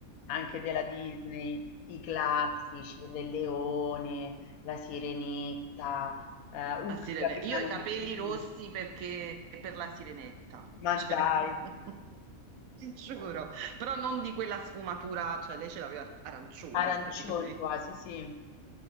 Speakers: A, on the left (about 80°); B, on the right (about 75°).
A: anche della Disney, i classici, il Re Leone, la Sirenetta, eh, Hook,
B: La sirene-
A: Capitano
B: Io ho i capelli
A: Uncino,
B: rossi perché per la sirenetta,
A: ma
B: cioè,
A: dai,
B: <laughs> ti giuro, però non di quella sfumatura, cioè lei ce l'aveva arancioni
A: arancioni
B: praticamente.
A: quasi, sì.